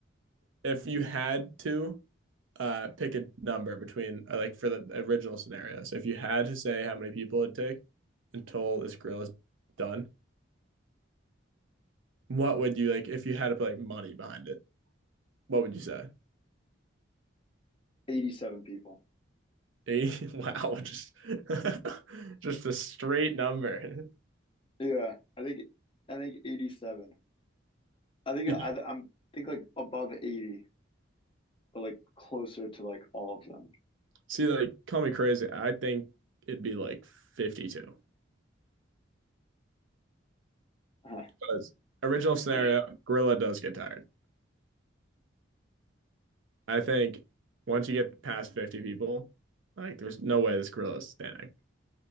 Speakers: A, on the right; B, on the left.
A: if you had to uh pick a number between uh, like for the original scenario, so if you had to say how many people it'd take until this grill is done, what would you like? If you had to put like money behind it, what would you say?
B: 87 people.
A: <laughs> 80? Wow, just <laughs> just a straight number.
B: Yeah. I think I think 87. I think
A: <laughs>
B: I I'm think like above 80, but like closer to like all of them.
A: See, like, call me crazy. I think it'd be like 52.
B: <laughs>
A: Because original scenario,
B: Huh.
A: Gorilla does get tired. I think once you get past 50 people, like there's no way this gorilla is standing.